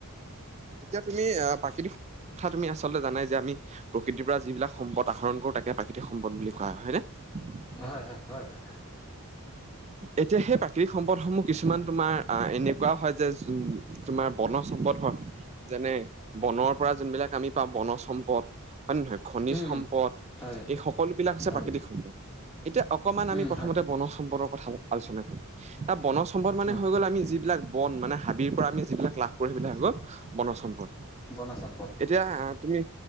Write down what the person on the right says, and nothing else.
এতিয়া তুমি আ, প্ৰাকৃতিক, কথা তুমি আচলতে জানাই যে আমি প্ৰকৃতিৰ পৰা যিবিলাক সম্পদ আহৰণ কৰোঁ তাকে প্ৰাকৃতিক সম্পদ বুলি কোৱা হয়। হয়নে?
এতিয়া সেই প্ৰাকৃতিক সম্পদসমূহ কিছুমান তোমাৰ আহ, এনেকুৱা হয় যে যো তোমাৰ বনজ সম্পদ হয় যেনে বনৰ পৰা যোনবিলাক আমি পাওঁ বনজ সম্পদ। হয় নে নহয়? খনিজ
সম্পদ,
এই সকলোবিলাক হৈছে
প্ৰাকৃতিক সম্পদ। এতিয়া অকমান আমি
প্ৰথমতে
বনজ সম্পৰ্দৰ কথা আলোচনা কৰিম। এ, বনজ সম্পদ মানে
হৈ গ'ল আমি যিবিলাক বন মানে হাবিৰ পৰা আমি যিবিলাক লাভ কৰোঁ সেইবিলাক হৈ গ'ল বনজ সম্পদ।
এতিয়া তুমি,